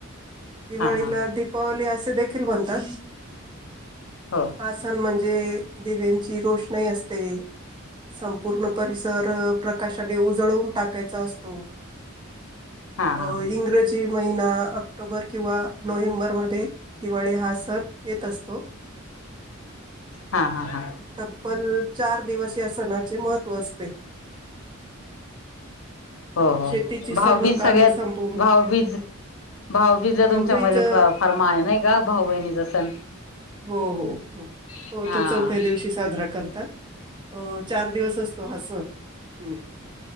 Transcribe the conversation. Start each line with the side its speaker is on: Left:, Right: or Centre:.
Right: दिवाळीला
Left: हा हा
Right: दिप पावली असे देखील म्हणतात,
Left: हो
Right: हा सण म्हणजे दे दिव्यांची रोषणाई असते संपूर्ण परिसर प्रकाशाने उजळवून टाकायचा असतो.
Left: हा
Right: अ
Left: हा
Right: इंग्रजी महिना ऑक्टोबर किंवा नोव्हेंबर म्ह ये दिवाळी हा सण येत असतो
Left: हा हा हा
Right: तब्बल चार दिवस त्या सणाचे महत्त्व असते
Left: हो हो.
Right: शेतीची सर्व
Left: भाऊबीज
Right: कामे
Left: सगळ्यांत
Right: संपवून
Left: भाऊबीज भाऊबीजला
Right: भाऊबीज
Left: तुमच्या मध्ये
Right: अ,
Left: फ फार माया नाही का? भाऊ बहिणीचा सण.
Right: हो, हो, हो.
Left: हा
Right: हो तो चौथ्या दिवशी साजरा करतात. हो चार दिवस असतो हा सण, हम्म.